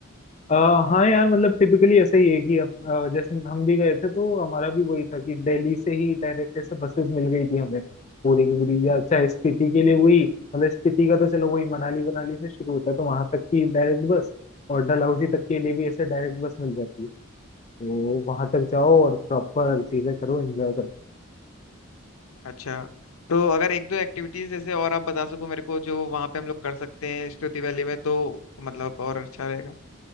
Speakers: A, on the left; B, on the left.
A: अ, हाँ यार मतलब टिपिकली ऐसा ही है कि अप, अ, जैसे हम भी गए थे तो हमारा भी वही था कि दिल्ली से ही डायरेक्ट ऐसे बसेस मिल गई थी हमें पूरी की पूरी या चाहे स्पीति के लिए वही मतलब स्पीति का तो चलो वही मनाली मनाली से शुरू होता है तो वहां तक की डायरेक्ट बस और डलहौजी तक के लिए भी ऐसे डायरेक्ट बस मिल जाती है तो वहां तक जाओ और प्रॉपर चीजें करो एंजॉय करो
B: अच्छा तो अगर एक दो एक्टिविटीज जैसे और आप बता सको मेरे को जो वहां पे हम लोग कर सकते हैं स्तुति वैली में तो मतलब और अच्छा रहेगा